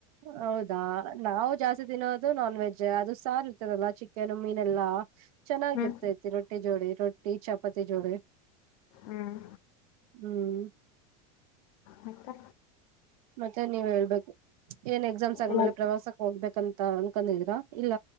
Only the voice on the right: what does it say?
ಹೌದಾ ನಾವು ಜಾಸ್ತಿ ತಿನೋದು ನಾನ್ ವೆಜ್ ಅದು ಸಾರ್ ಇರ್ತದಲ್ಲ ಚಿಕನ್ ಮೀನ್ ಎಲ್ಲಾ ಚೆನ್ನಾಗಿರ್ತೈತಿ
ರೊಟ್ಟಿ ಜೋಳಿ ರೊಟ್ಟಿ ಚಪಾತಿ ಜೋಳಿ
ಹ್ಮ್
ಮತ್ತೆ ನೀವ್ ಹೇಳ್ಬೇಕು ಏನ್ ಎಕ್ಸಾಮ್ಸ್ ಆದ್ಮೇಲೆ
ಪ್ರವಾಸಕ್ ಹೋಗ್ಬೇಕಂತ ಅನ್ಕಂಡಿದೀರಾ ಇಲ್ಲ